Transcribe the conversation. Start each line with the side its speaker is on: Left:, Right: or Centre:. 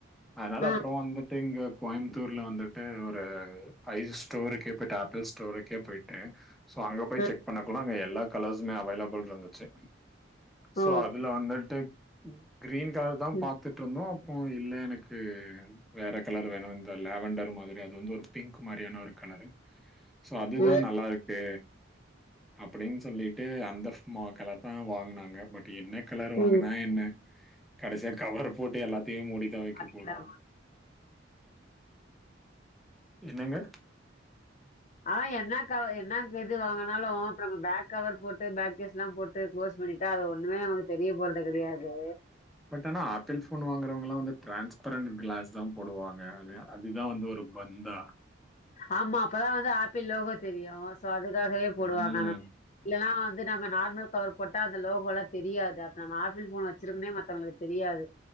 Centre: அதனால
Left: அ,
Centre: அப் புறோ வந்துட்டு இங்க கோயம்புத்தூர்ல வந்துட்டு ஒரு ஐஸ் ஸ்டோருக்கே போயிட்டு ஆப்பிள் ஸ்டோருக்கே போயிட்டு டு சோ அங்க போய்
Left: அ.
Centre: செக் பண்ணக்குல அங்க எல்லா கலர்ஸுமே அவைலபிள் இருந்துச்சு
Left: ஓ!
Centre: சோ அதுல வந்துட்டு க் கிரீன் கலர் தா
Left: ம்,
Centre: பாத்துட்ருந்தோ பூ இல்ல எனக்கு வேற கலர் வேணு இந்த லேவண்டர் மாரி அது வந்து ஒரு பிங்க் மாரியான ஒரு கலரு சோ அதுதா
Left: ம்,
Centre: நல்லாருக்கு அப்டின்னு சொல்லிட்டு அந்த ம் கலர் தா வாங்னாங்க பட் என்ன கலர் வாங்னா
Left: ம்.
Centre: என்ன கடசியா கவர போட்டு எல்லாத்தையு மூடி தா வெக்க
Left: பாத்தீங்களா?
Centre: போறோ என்னங்க
Left: ஆ என்ன கவ என்ன இது வாங்குனாலு நம்ம பேக் கவர் போட்டு பேக்கேஸ் எல்லா போட் இத க்ளோஸ் பண்ணிட்டா அது ஒண்ணுமே நமக்கு தெரிய போறது கடையாது
Centre: பட் ஆனா ஆப்பிள் ஃபோன் வாங்கறவங்கலா வந்து டிரான்ஸ்பரண்ட் கிளாஸ் தா போடுவாங்க இல்லயா அதுதா வந்து ஒரு பந்தா
Left: ஆமா அப்பதா வந்து ஆப்பிள் லோகோ தெரியு சோ அதுக்காகவே போடுவாங்க
Centre: ம்.
Left: <inaudible> இல்லனா வந்து நம்ம நார்மல் கவர் போட்டா அந்த லோகோலா தெரியாது அத் நம்ம ஆப்பிள் ஃபோன் வச்சிருக்கோனே மத்தவங்களுக்கு தெரியாது